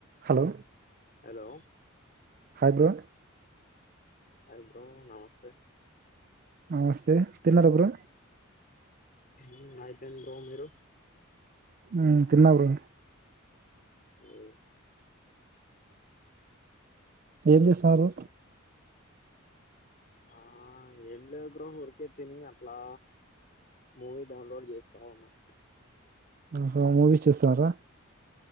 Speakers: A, on the right; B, on the left.
A: Hello
B: hello
A: hi bro
B: hi bro నమస్తే
A: నమస్తే తిన్నారా బ్రో
B: హు అయిపోయింది బ్రో మీరు
A: మ్ తిన్న బ్రో
B: ఏ
A: ఏం చేస్తారు
B: ఆ ఏం లేదు బ్రో ఊరికే తిని అట్లా మూవీ డౌన్లోడ్ చేస్తా ఉన్నా
A: ఆహా మూవీస్ చూస్తున్నారా